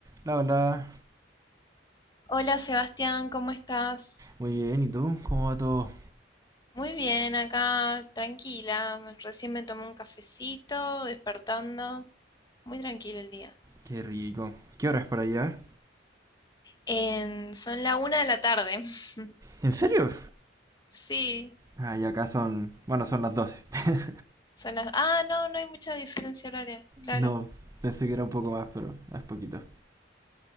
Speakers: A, on the right (about 20°); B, on the left (about 20°).
A: La hola.
B: Hola Sebastián, ¿cómo estás?
A: Muy bien, ¿y tú? ¿Cómo va todo?
B: Muy bien, acá tranquila. me- Recién me tomé un cafecito, despertando. Muy tranquilo el día.
A: Qué rico. ¿Qué hora es por allá?
B: En- son la una de la tarde. <laughs>
A: ¿En serio?
B: Sí,
A: Ah, y acá son... Bueno, son las 12. <laughs>
B: son las... Ah, no, no hay mucha diferencia horaria. Claro.
A: No, pensé que era un poco más, pero es poquito.